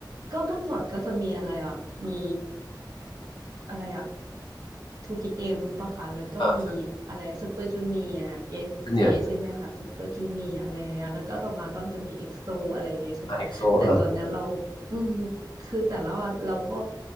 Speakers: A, on the right (about 50°); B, on the left (about 80°).
A: ก็เมื่อก่อนก็จะมีอะไรอ่ะมีอะไรอ่ะ 2PM ปะคะแล้วก็มีอะไรซูเปอร์จูเนียร์
B: อ่าใช่
A: SJ
B: เนี่ย
A: ใช่ไหมคะซูเปอร์จูเนียร์อะไรอย่างเงี้ยแล้วก็ต่อมาก็จะมีเอ็กโซอะไรอย่างเงี้ยใช่ไหม
B: อ่าเอ็กโซอ่า
A: แต่ตอนเนี้ยเราอืมคือแต่ละวันเราก็